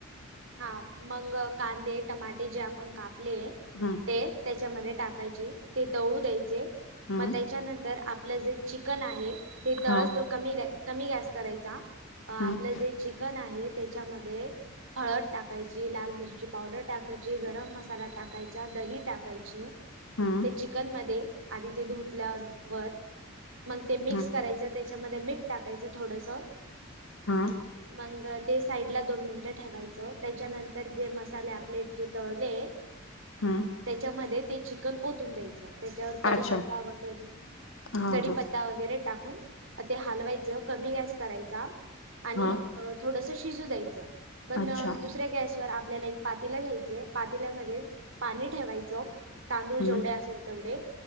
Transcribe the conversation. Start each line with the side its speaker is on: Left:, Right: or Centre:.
Right: हा मग कांदे टमाटे जे आपण कापले
Left: हा
Right: ते त्याच्यामध्ये टाकायचे ते तळू द्यायचे
Left: हम्म
Right: मग त्याच्यानंतर आपलं जे चिकन आहे ते तळस
Left: हा
Right: तो कमी कमी गॅस करायचा
Left: हम्म
Right: आपलं
Left: हम्म
Right: जे चिकन आहे त्याच्यामध्ये हळद टाक टाकायची लाल मिरची पावडर टाकायची गरम मसाला टाकायचा दही टाकायची
Left: हम्म
Right: ते चिकन मध्ये आधी ते धुतल्या वर मग ते मिक्स
Left: हम्म
Right: करायचं त्याच्यामध्ये मीठ टाकायचं थोडस
Left: हा
Right: मग ते साईड दोन मिनिटं ठेवायचं त्याच्यानंतर जे मसाले आपले जे तळले
Left: हम्म
Right: त्याच्यामध्ये ते चिकन ओतून द्यायचं त्याच्यावर कडीीपत्ता
Left: अच्छा
Right: वगैरे
Left: हा
Right: कडीी
Left: हा
Right: पत्ता वगैरे टाकून ते हलवायचं कमी गॅस करायचा आणि
Left: हा
Right: थोडस शिजू द्यायचं पण
Left: अच्छा
Right: दुसऱ्या गॅसवरर आपल्याला एक पातीला घ्यायचे पातील्यामध्ये पाणी ठेवायचं तांदूळ
Left: हम्म
Right: जेवढे असेल तेवढे